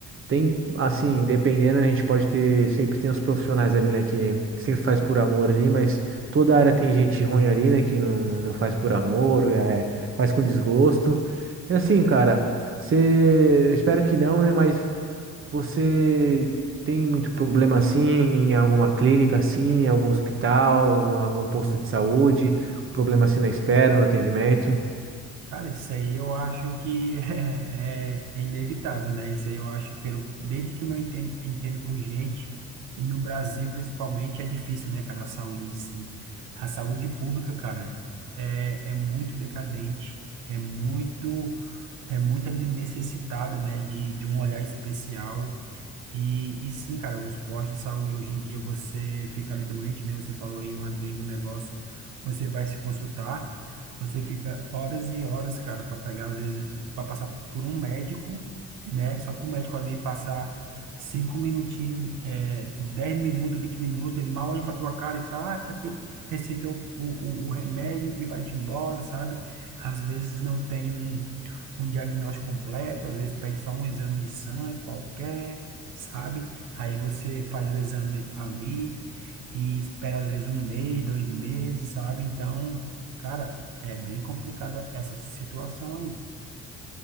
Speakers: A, on the right; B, on the right.
A: tem, assim, dependendo, né, a gente pode ter, sempre tem os profissionais ali, né? Que sempre faz por amor ali, mas toda área tem gente ruim ali, né? Que não, não, não faz por amor, é, faz com desgosto. E assim, cara, você, eu espero que não, né? Mas. Você tem muito problema assim em alguma clínica, assim, em algum hospital, um- algum posto de saúde, problema assim na espera, no atendimento?
B: Cara, isso aí eu acho que <laughs> é, é- é inevitável, né? Isso aí eu acho que pelo, desde que eu me enten- entendo por gente, e no Brasil principalmente é difícil, né, cara, a saúde em si. A saúde pública, cara, é, é muito decadente, é muito, é muito necessitada, né, de, de um olhar especial. E, e sim, cara, os postos de saúde hoje em dia, você fica ali doente, né? Você falou aí uma dengue, um negócio, você vai se consultar. Você fica horas e horas, cara, para pegar, às vezes, para passar por um médico, né? Só para o médico ali passar cinco minutinhos, é, 10 minutos, 20 minutos, ele mal olha para tua cara e tá, ah, tá aqui, receitou o, o, o remédio e vai-te embora, sabe? Às vezes não tem um, um diagnóstico completo, às vezes pede só um exame de sangue qualquer, sabe? Aí você faz o exame ali e espera, às vezes, um mês, dois meses, sabe? Então. Cara, é bem complicada essa situação aí.